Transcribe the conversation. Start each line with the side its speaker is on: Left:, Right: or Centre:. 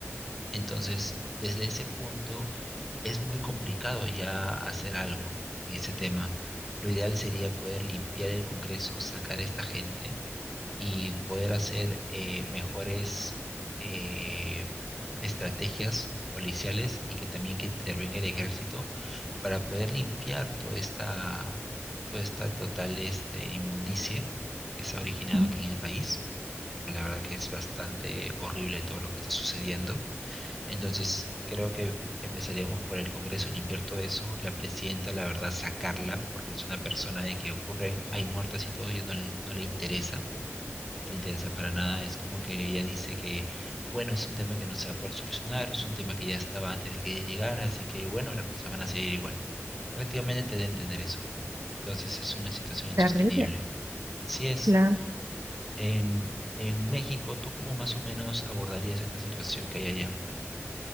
Centre: Entonces, desde ese punto es muy complicado ya hacer algo en ese tema. Lo ideal sería poder limpiar el Congreso, sacar a esta gente y poder hacer eh, mejores eh, estrategias policiales y que también que intervenga el ejército para poder limpiar toda esta, toda esta total este, inmundicie que se ha originado
Right: Mm,
Centre: aquí en el país, porque la verdad que es bastante horrible todo lo que está sucediendo entonces, creo que empezaríamos por el Congreso, limpiar todo eso, la presidenta, la verdad, sacarla, porque es una persona de que ocurren, hay muertes y todo, y no le, no le interesa, no le interesa para nada, es como que ella dice que, bueno, es un tema que no se va a poder solucionar, es un tema que ya estaba antes de que ella llegara, así que, bueno, las cosas van a seguir igual. Prácticamente te da a entender eso. Entonces, es una situación insostenible.
Right: Terrible,
Centre: Así es.
Right: claro.
Centre: En, en México, ¿tú cómo más o menos abordarías esta situación que hay allá?